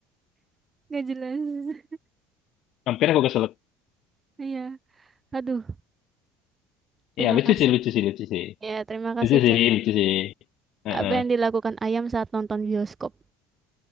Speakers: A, on the right; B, on the left.
A: <laughs> Nggak jelas.
B: Hampir aku keselak.
A: Iya. Aduh, terima
B: Ya lucu
A: kasih.
B: sih lucu sih lucu sih.
A: Ya, terima kasih,
B: Lucu sih
A: Cak.
B: lucu sih. Heeh.
A: Apa yang dilakukan ayam saat nonton bioskop?